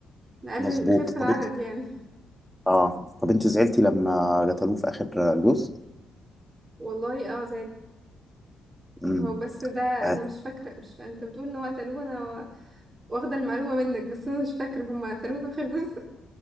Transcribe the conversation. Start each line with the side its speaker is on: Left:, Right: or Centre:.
Right: نقلل
Centre: مظبوط
Right: نخف
Centre: طب
Right: العدد
Centre: انت
Right: يعني
Centre: اه طب انت زعلتي لما قتلوه في اخر جزء
Right: والله اه زاد
Centre: امم
Right: هو بس ده
Centre: اه
Right: انا مش فاكره مش فاكرة. انت بتقول ان هو قتلوه انا واخده المعلومه منك بس انا مش فاكره هم قتلوه في اخر جزء <laughs>